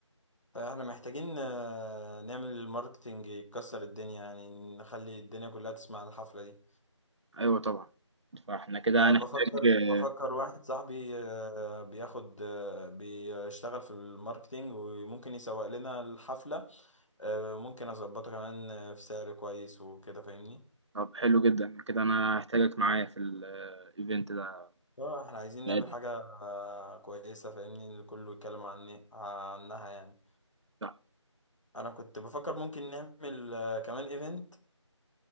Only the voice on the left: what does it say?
فاحنا محتاجين آه، نعمل الماركتينج يكسر الدنيا يعني نخلي الدنيا كلها تسمع عن الحفلة دي
انا
بفكر
بفكر واحد صاحبي آه، بياخد آه، بيشتغل في الماركتينج وممكن يسوق لنا الحفلة آه، ممكن اظبطه كمان آه، في سعر كويس وكده فاهمني
اه احنا عايزين
نعمل
حاجة آه، كويسة فاهمني اللي كله يتكلم عني عنها يعني
انا كنت بفكر ممكن نعمل آه، كمان ايفنت